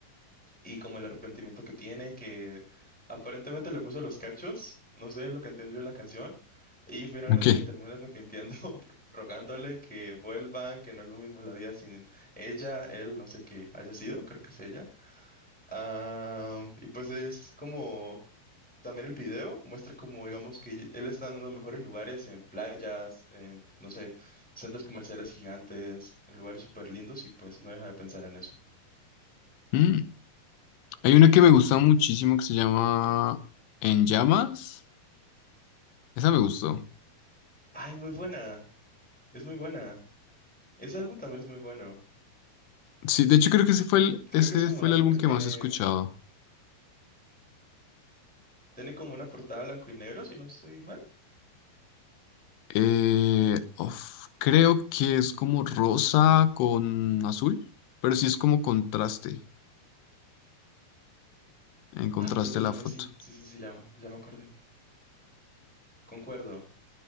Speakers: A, in the centre; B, on the left.
A: y como el arrepentimiento que tiene, que aparentemente le puso los cachos, no sé, es lo que entendí yo de la canción, y finalmente
B: Ok.
A: se termina arrepintiendo, <laughs> rogándole que vuelvan, que no es lo mismo la vida sin ella, él, no sé qué haya sido, creo que es ella. Ah, y pues es como... También el video muestra como, digamos, que él está en los mejores lugares, en playas, en, no sé, centros comerciales gigantes, en lugares súper lindos y pues no deja de pensar en eso.
B: Mm, Hay una que me gusta muchísimo que se llama En Llamas. Esa me gustó.
A: Ay, muy buena, es muy buena. Ese álbum también es muy bueno.
B: Sí, de hecho creo que ese fue el,
A: Creo
B: ese
A: que es como
B: fue
A: un álbum
B: el álbum
A: que
B: que
A: tiene,
B: más he escuchado.
A: tiene como una portada blanco y negro, si no estoy mal.
B: Eh, uf, creo que es como rosa con azul, pero sí es como contraste, en contraste
A: Ah, perdóname,
B: la foto.
A: sí, sí, sí, sí, ya, me- ya me acordé. Concuerdo.